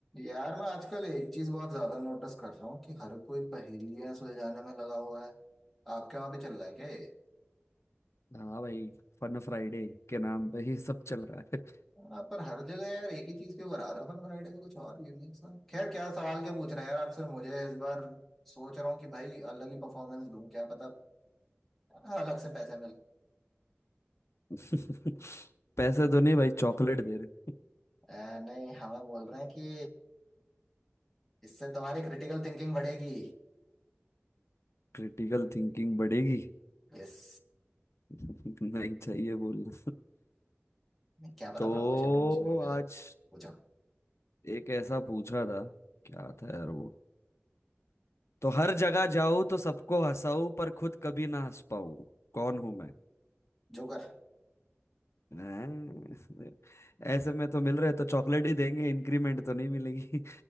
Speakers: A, in the centre; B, on the left.
A: यार मैं आजकल एक चीज बहुत ज्यादा नोटिस कर रहा हूँ कि हर कोई पहेलियां सुलझाने में लगा हुआ है आपके वहां पे चल रहा है क्या ये
B: हाँ भाई फन फ्राइडे के नाम पे ये सब चल रहा है
A: हाँ, पर हर जगह यार एक ही चीज क्यों करा रहे हो हर फ्राइडे को कुछ और यूनिक सा खैर क्या सवाल क्या पूछ रहे हैं यार आपसे मुझे इस बार सोच रहा हूँ कि भाई अलग ही परफॉर्मेंस दूं क्या पता हाँ, अलग से पैसा मिले
B: <laughs> पैसे तो नहीं भाई चॉकलेट दे रहे
A: अ, नहीं हमें बोल रहे हैं कि इससे तुम्हारी क्रिटिकल थिंकिंग बढ़ेगी
B: क्रिटिकल थिंकिंग बढ़ेगी
A: यस
B: <laughs> नहीं चाहिए बोलना
A: क्या पता
B: <laughs> तो
A: प्रमोशन प्रमोशन में मिले
B: आज
A: पूछो
B: एक ऐसा पूछा था क्या था यार वो तो हर जगह जाऊं तो सबको हंसाऊं पर खुद कभी ना हंस पाऊं कौन हूं मैं
A: जोकर
B: हैं? ऐसे में तो मिल रहे तो चॉकलेट ही देंगे इंक्रीमेंट तो नहीं मिलेगी